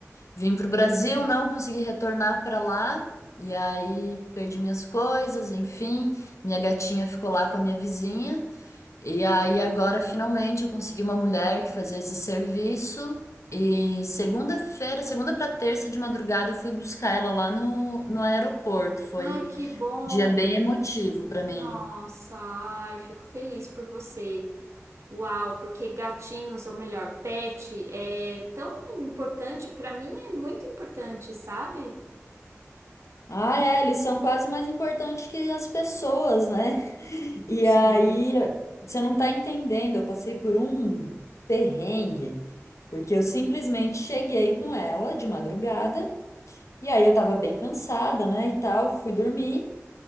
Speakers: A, on the left; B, on the right.
A: vim pro Brasil, não consegui retornar pra lá, e aí perdi minhas coisas, enfim, minha gatinha ficou lá com a minha vizinha, e aí agora finalmente eu consegui uma mulher que fazia esse serviço, e segunda-feira, segunda pra terça de madrugada, eu fui buscar ela lá no, no aeroporto, foi
B: Ai, que bom.
A: um dia bem emotivo pra
B: Nossa,
A: mim.
B: ai, fico feliz por você. Uau, porque gatinhos, ou melhor, pet, é tão importante. Para mim é muito importante, sabe?
A: Ah, é, eles são quase mais importantes que as pessoas, né? <laughs> E
B: Sim,
A: aí, você não tá entendendo, eu passei por um perrengue, porque eu simplesmente cheguei com ela de madrugada, e aí eu tava bem cansada, né, e tal, fui dormir,